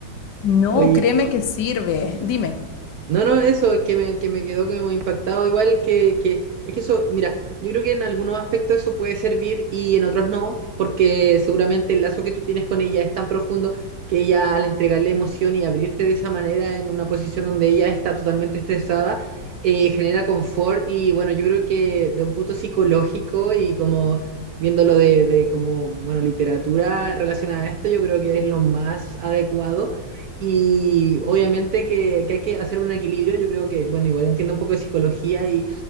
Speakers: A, on the left; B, on the right.
A: No,
B: Oye,
A: créeme que sirve. Dime.
B: No, no, eso que me, que me quedó como impactado, igual que, que, es que eso, mira, yo creo que en algunos aspectos eso puede servir y en otros no, porque seguramente el lazo que tú tienes con ella es tan profundo que ella al entregarle emoción y abrirte de esa manera en una posición donde ella está totalmente estresada, eh, genera confort y bueno, yo creo que de un punto psicológico y como viéndolo de, de como, bueno, literatura relacionada a esto, yo creo que es lo más adecuado y obviamente que, que hay que hacer un equilibrio. Yo creo que, bueno, igual entiendo un poco de psicología y,